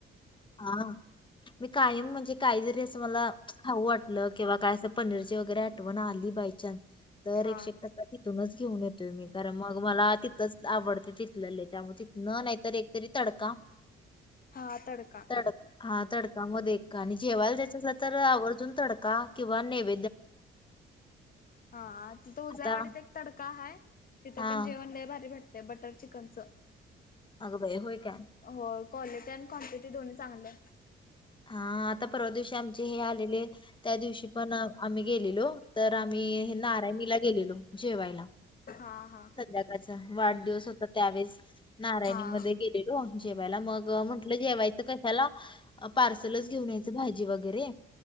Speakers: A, on the left (about 25°); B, on the left (about 45°).
A: हा मी कायम म्हणजे काहीतरी असं मला हव वाटत किंवा काय असं पनीरची वगैरे आठवण आली बाय न्स तर
B: हां
A: एकशे टक्का तिथूनच घेऊन येतोय मी कारण मग मला तिथंच आवडते चथलेले त्यामुळे तथ न नाहीत एकतरी तडका
B: हातडका
A: तड हां, तडकामध्ये आणि जेवायला जायचं असल तर आवर्जून तडका किंवा नेव
B: हा तिथं उज्यावाडीत
A: आता
B: एक तडका हाय तिथं
A: हां,
B: पण जेवण लय भारी भेटते बटर चिकनचं
A: अग बय होय का
B: हो क्वालिटी आणि क्वांटिटी दोनही चांगले
A: हां, आता परवा दिवशी आमचे हे आलेले त्या दिवशी पण आम्ही गेलेलो तर आम्ही हे नाराय ला गेलेलो जेवायला
B: हां हां
A: सध्याकाळचा वाढदिवस होता त्यावेळेस नारायणीमध्ये
B: हां
A: गेलेलो जेवायला मग म्हंटलं जेवायचं कशाला पार्सलच घेऊन यायचं भाजी वगैरे